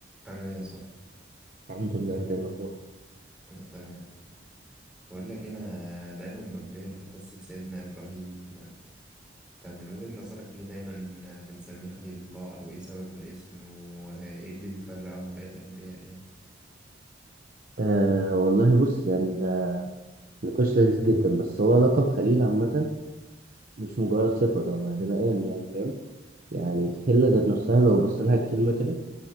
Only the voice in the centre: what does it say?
عامل ايه يا صاحبي
انا تمام بقول لك انا دايما بنبهر بقصة سيدنا ابراهيم انت من وجهة نظرك ليه دايما بنسميه خليل الله او ايه سبب الاسم وايه اللي بيفرقه عن باقي الانبياء يعني